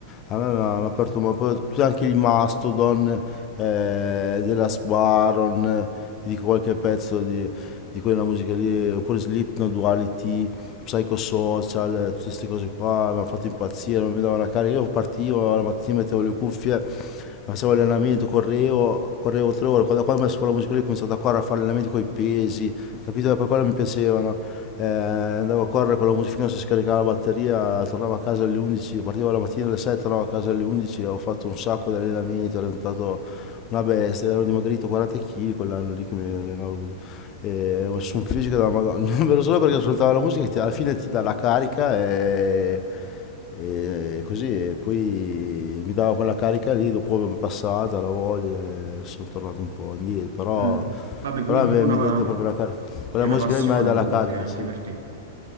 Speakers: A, on the left; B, on the right.
A: a me mi hanno aperto un po', poi tutti anche i Mastodon, eh, Dela's Baron, eh, ti dico qualche pezzo di, di quella musica lì, oppure Slipknot, Duality, Psychosocial, eh, tutte queste cose qua, mi hanno fatto impazzire, non mi davano la carica, io partivo la mattina, mettevo le cuffie, facevo allenamento, correvo, correvo tre ore, quando, quando ho messo quella musica lì ho cominciato a correre, a fare allenamenti con i pesi, capito? E poi quello mi piacevano. Eh, andavo a correre con la musica finché non si scaricava la batteria, tornavo a casa alle 11, partivo la mattina alle 7, tornavo a casa alle 11, ho fatto un sacco di allenamenti, ero diventato una bestia, ero dimagrito 40 kg quell'anno lì che mi allenavo così. E ho messo un fisico della Madonna, <laughs> non vero solo perché ascoltavo la musica che ti- alla fine ti dà la carica e e così, e poi mi dava quella carica lì, dopo mi è passata la voglia e sono tornato un po' indietro, però,
B: Mm. Vabbè, quindi
A: però
B: è proprio
A: mi, mi
B: una,
A: dà dà proprio la carica. Quella
B: è una
A: musica
B: passione
A: lì mi dà la
B: comunque
A: carica,
B: anche
A: sì.
B: per te.